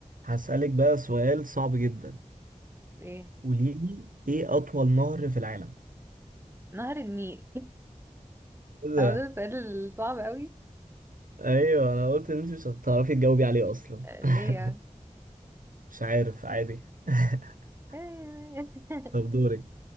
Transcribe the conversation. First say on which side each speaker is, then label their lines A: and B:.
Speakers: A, on the right; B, on the right.
A: هسألك بقى سؤال صعب جدا
B: ايه
A: قولي لي ايه اطول نهر في العالم
B: نهر النيل <laughs>
A: ايه ده
B: او ده السؤال الصعب قوي
A: ايوه انا قلت ان انت مش هتعرفي تجاوبي عليه اصلا
B: آه،
A: <laughs>
B: ليه يعني
A: مش عارف عادي <laughs>
B: <laughs>
A: طب دورك